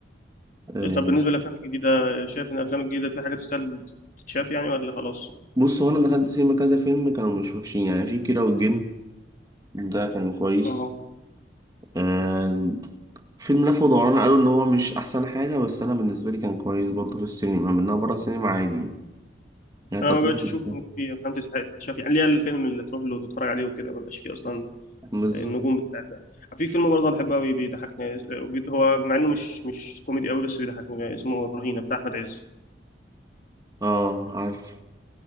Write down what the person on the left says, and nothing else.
طب بالنسبه للافلام الجديده شايف ان الافلام الجديده في حاجه تستاهل تتشاف يعني ولا خلاص
اه
انا
ما بقتش اشوف
ان في افلام تستحق تتشاف يعني ليه الفيلم اللي تروح له تتفرج عليه وكده ما بقاش فيه اصلا
النجوم بتاعتها في فيلم برضه أنا بحبه قوي بيضحكني هو مع انه مش مش كوميدي قوي بس بيضحكني آه، اسمه الرهينه بتاع احمد عز